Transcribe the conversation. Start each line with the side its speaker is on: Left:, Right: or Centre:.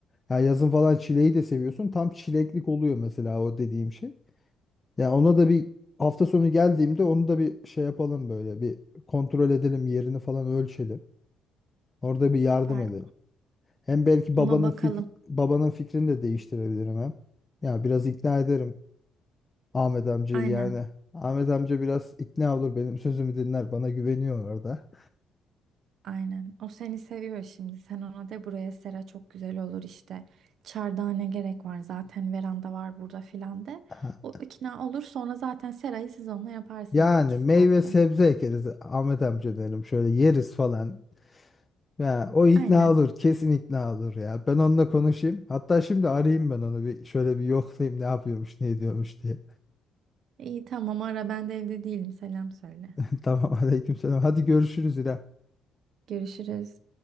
Left: Ya yazın falan çileği de seviyorsun. Tam çileklik oluyor mesela o dediğim şey. Ya ona da bir hafta sonu geldiğimde onu da bir şey yapalım böyle. Bir kontrol edelim yerini falan ölçelim. Orada bir
Right: Süper.
Left: yardım edelim. Hem belki
Right: Ona
Left: babanın
Right: bakalım.
Left: fik babanın fikrini de değiştirebilirim hem. Ya biraz ikna ederim Ahmet amcayı
Right: Aynen.
Left: yani. Ahmet amca biraz ikna olur benim sözümü dinler bana güveniyor orada.
Right: Aynen. O seni seviyor şimdi. Sen ona de buraya sera çok güzel olur işte. Çardağa ne gerek var zaten veranda var burada filan de.
Left: Ha,
Right: O
Left: <laughs>
Right: ikna olur sonra zaten serayı siz onunla yaparsınız
Left: Yani
Right: iki saatte.
Left: meyve sebze ekeriz Ahmet amca derim şöyle yeriz falan. Ya o ikna
Right: Aynen.
Left: olur kesin ikna olur ya. Ben onunla konuşayım. Hatta şimdi arayayım ben onu bir şöyle bir yoklayayım ne yapıyormuş ne ediyormuş diye.
Right: İyi tamam ara ben de evde değilim selam söyle.
Left: <laughs> Tamam aleykümselam. Hadi görüşürüz İrem.
Right: Görüşürüz.